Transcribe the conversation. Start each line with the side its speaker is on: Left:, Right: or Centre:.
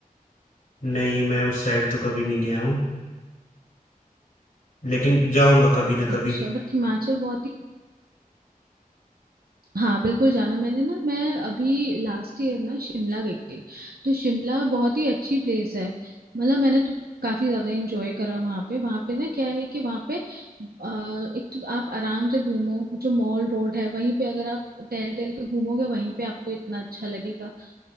Left: नहीं मैं उस साइड तो कभी नहीं गया हूँ लेकिन जाऊंगा कभी ना
Right: अच्छा
Left: कभी
Right: बट हिमाचल बहुत ही हाँ बिल्कुल जाना मैंने ना मैं अभी लास्ट ईयर ना शिमला गई थी तो शिमला बहुत ही अच्छी प्लेस है मतलब मैंने तो काफी ज्यादा एंजॉय करा वहाँ पे वहाँ पे ना क्या है कि वहाँ पे अ, एक तो आप आराम से घूमो जो मॉल रोड है वहीं पे अगर आप टहल टहल के घूमोगे वहीं पे आपको इतना अच्छा लगेगा